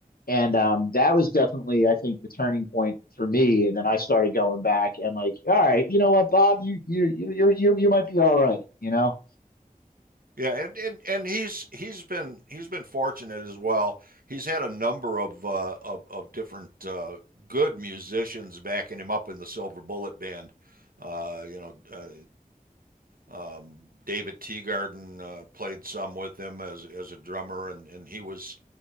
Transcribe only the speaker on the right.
Yeah, and, and and he's he's been he's been fortunate as well. He's had a number of uh, of of different uh, good musicians backing him up in the Silver Bullet Band. Uh, you know, uh, um, David Teagarden uh, played some with him as as a drummer, and and he was